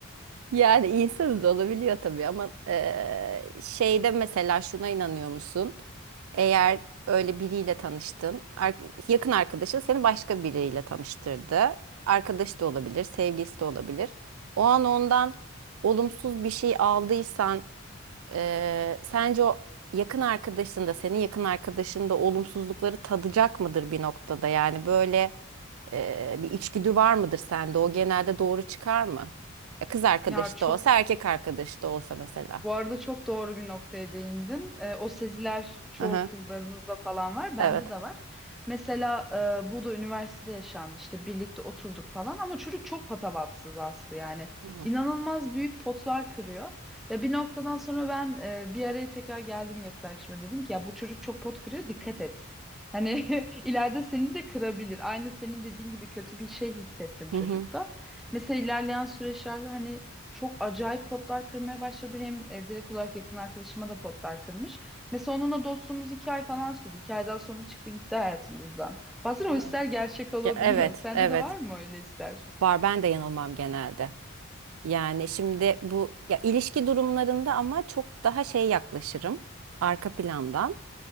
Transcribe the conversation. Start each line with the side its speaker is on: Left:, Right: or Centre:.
Right: Yani insanız olabiliyor tabii ama eee, şeyde mesela şuna inanıyor musun? Eğer öyle biriyle tanıştın, ar- yakın arkadaşın seni başka biriyle tanıştırdı. Arkadaş da olabilir, sevgilisi de olabilir. O an ondan olumsuz bir şey aldıysan, eee, sence o yakın arkadaşın da senin yakın arkadaşın da olumsuzlukları tadacak mıdır bir noktada? Yani böyle e, bir içgüdü var mıdır sende? O genelde doğru çıkar mı? Ya kız arkadaşı
Centre: Ya çok
Right: da olsa, erkek arkadaşı da olsa mesela.
Centre: Bu arada çok doğru bir noktaya değindin. Ee, o seziler çoğu
Right: Hı hı.
Centre: kızlarımızda falan var,
Right: Evet.
Centre: bende de var. Mesela e, bu da üniversitede yaşandı. İşte birlikte oturduk falan ama çocuk çok patavatsız Aslı yani.
Right: Hı hı.
Centre: İnanılmaz büyük potlar kırıyor. Ya bir noktadan sonra ben e, bir araya tekrar geldim yakın arkadaşıma dedim ki ya bu çocuk çok pot kırıyor dikkat et. Hani <laughs> ileride seni de kırabilir. Aynı senin dediğin gibi kötü bir şey hissettim
Right: hı.
Centre: çocukta. Mesela ilerleyen süreçlerde hani çok acayip potlar kırmaya başladı. Hem e, direkt olarak yakın arkadaşıma da potlar kırmış. Mesela onunla dostluğumuz iki ay falan sürdü. İki aydan sonra çıktı gitti hayatımızdan. Bazen
Right: Evet.
Centre: o ister gerçek olabiliyor.
Right: Ya Evet,
Centre: <laughs> Sende
Right: evet.
Centre: de var mı öyle ister?
Right: Var ben de yanılmam genelde. Yani şimdi bu ya ilişki durumlarında ama çok daha şey yaklaşırım arka plandan.